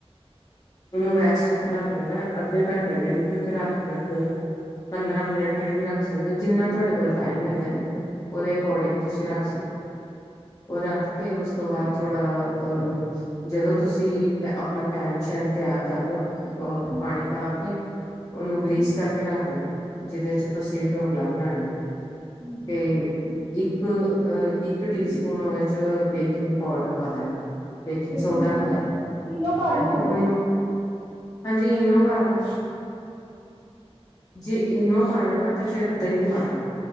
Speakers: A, on the left; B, on the right.
A: ਇਨੂੰ ਰੈਸਟ ਉਤੇ ਰੱਖ ਦੇਣੈ ਅੱਧੇ ਘੰਟੇ ਲਈ ਵੀ ਤੁਸੀਂ ਰੱਖ ਸਕਦੇ ਔ, ਪੰਦਰਾਂ ਮਿੰਟ ਲਈ ਵੀ ਰੱਖ ਸਕਦੇ ਔ ਜਿੰਨਾ ਤੁਹਾਡੇ ਕੋਲ ਟਾਈਮ ਹੈਗੈ। ਉਹਦੇ ਅੱਕਾਰਡਿੰਗ ਤੁਸੀ ਰੱਖ ਉਹ ਰੱਖ ਕੇ ਉਸ ਤੋਂ ਬਾਅਦ ਥੋੜਾ ਅ ਜਦੋਂ ਤੁਸੀ ਆਪਣਾ ਪੈਣ-ਸ਼ੈਣ ਤਿਆਰ ਕਰ ਲੋ ਉਹ
B: ਹਾਂਜੀ
A: ਪਾਣੀ ਪਾ ਕੇ ਉਹਨੂੰ
B: ਹਾਂਜੀ
A: ਗਰੀਸ ਕਰਕੇ ਰੱਖ ਦੋ। ਜਿਦੇ ਚ
B: ਅੱਛਾ
A: ਤੁਸੀ ਢੋਕਲਾ ਬਣਾਣੈ
B: ਹਾਂਜੀ
A: ਤੇ ਇੱਕ ਹ ਅ ਇੱਕ ਟੀ ਸਪੂਨ ਉਹਦੇ ਚ ਬੇਕਿੰਗ ਪਾਊਡਰ ਪਾ ਦੇਣਾ। ਬੇਕਿੰਗ
B: ਬਿਲਕੁਲ
A: ਸੋਡਾ ਹੁੰਦਾ ਨਾ
B: <unintelligible> ਈਨੋ ਪਾ
A: ਹਾਂਜੀ
B: ਦਈਐ ਭਾਵੇਂ।
A: ਉਹਨੂੰ ਹਾਂਜੀ ਇਨੋ ਪਾ ਲੋ। ਜੇ ਇਨੋ ਪਾਣੈ ਨਾ ਤੇ ਫੇਰ ਦਹੀਂ ਪਾਣਾ।